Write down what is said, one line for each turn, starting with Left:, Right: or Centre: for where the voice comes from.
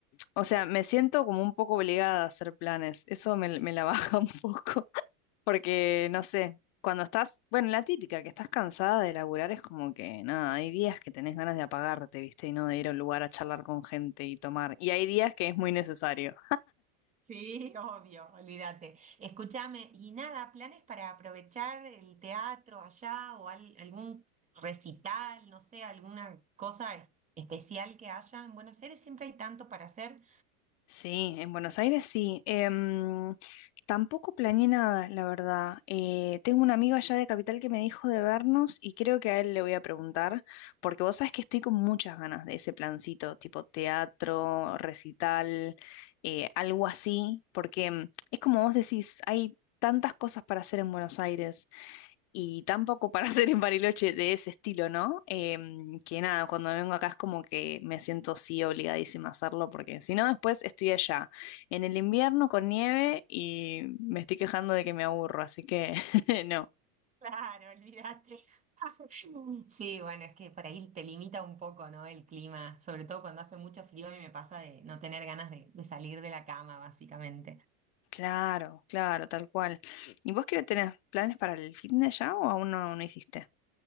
Left: o sea, me siento como un poco obligada a hacer planes, eso me, me la baja <laughs> un poco, porque no sé, cuando estás, bueno, la típica, que estás cansada de laburar es como que, nada, hay días que tenés ganas de apagarte, ¿viste? Y no de ir a un lugar a charlar con gente y tomar, y hay días que es muy necesario.
Right: Sí, <laughs> obvio, olvídate. Escúchame, y nada, ¿planes para aprovechar el teatro allá o al- algún recital, no sé, alguna cosa es- especial que haya? En Buenos Aires siempre hay tanto para hacer.
Left: Sí, en Buenos Aires sí. Em, tampoco planeé nada, la verdad. Eh, tengo una amigo allá de Capital que me dijo de vernos y creo que a él le voy a preguntar, porque vos sabés que estoy con muchas ganas de ese plancito, tipo teatro, recital, eh, algo así, porque em, es como vos decís, hay tantas cosas para hacer en Buenos Aires y tampoco para <laughs> hacer en Bariloche de ese estilo, ¿no? Em, que nada, cuando vengo acá es como que me siento sí obligadísima a hacerlo, porque si no, después estoy allá en el invierno con nieve y me estoy quejando de que me aburro, así que <laughs> no.
Right: Claro, olvídate. <laughs> Sí, bueno, es que por ahí te limita un poco, ¿no? El clima, sobre todo cuando hace mucho frío y me pasa de no tener ganas de, de salir de la cama, básicamente.
Left: Claro, claro, tal cual. ¿Y vos qué tenés planes para el fitness ya o aún no, no hiciste?